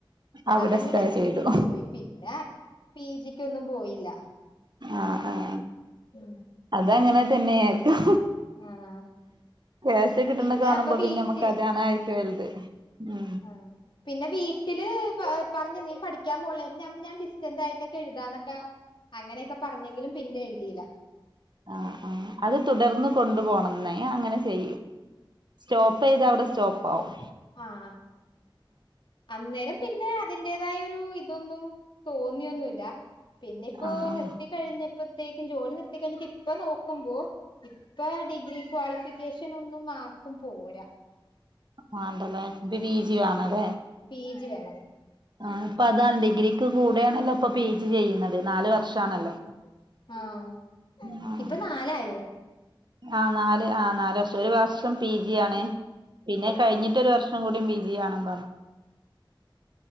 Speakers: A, on the right; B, on the left.
A: അവിടെ
B: അതങ്
A: സ്റ്റേ
B: രസം
A: ചെയ്തു
B: പിടിച്ചു പോയി പിന്നെ പി ജിക്ക് ഒന്നും പോയില്ല
A: ആഹ് ആഹ്
B: ഉം
A: അതങ്ങനെ തന്നെയായിരിക്കും
B: ആഹ്
A: ക്യാഷ് കിട്ടുന്ന
B: പിന്നെ
A: കാണുമ്പോ
B: അപ്പൊ വീട്ടില്
A: പിന്നെ നമ്മക്ക് അതാണ് ആയിരിക്ക വലത് ഉം
B: ആഹ് പിന്നെ വീട്ടില് പ പറഞ്ഞു നീ പഠിക്കാൻ പോണില്ലേ ഞ ഞമ് ഞാൻ ഡിസ്റ്റന്റ് ആയിട്ടൊക്കെ എഴുതാന്നൊക്കെ അങ്ങനെയൊക്കെ പറഞ്ഞെങ്കിലും പിന്നെ എഴുതിയില്ല
A: ആ ആ അത് തുടർന്ന് കൊണ്ടു പോണംന്നെ അങ്ങനെ ചെയ്യും സ്റ്റോപ്പ് ചെയ്ത അവിടെ സ്റ്റോപ്പവും
B: ആഹ് അഹ് അന്നേരം പിന്നെ അതിന്റേതായ ഒരു ഇതൊന്നും തോന്നിയൊന്നുല്ല പിന്നെ ഇപ്പോ
A: ആഹ് ആഹ്
B: നിർത്തി കഴിഞ്ഞപ്പോത്തേക്കും ജോലി നിർത്തി കഴിഞ്ഞിട്ട് ഇപ്പ നോ ക്കുപോ ഇപ്പൊ ഡിഗ്രി ക്വാളിഫിക്കേഷൻ ഒന്നും മാർക്കും പോരാ
A: മണ്ടല്ലേ ഇപ്പ പി
B: ഉം
A: ജി വണല്ലേ
B: പി ജി വേണം
A: ആ ഇപ്പൊ
B: ഉം
A: അതാണ് ഡിഗ്രിക്ക് കൂടെയാണല്ലോ ഇപ്പൊ പി എ ജി ചെയ്യുന്നത് നാല് വർഷ ഷാണലോപ്പം
B: ഉം ആഹ്
A: <unintelligible>
B: ഇപ്പൊ നാലായോ
A: ആ നാല് ആ നാല് വർഷം ഒരു വർഷം പി ജി ആണ് പിന്നെ
B: ആഹ്
A: കഴിഞ്ഞിട്ടരു വർഷം കൂട പി ജി വണ പറഞ്ഞു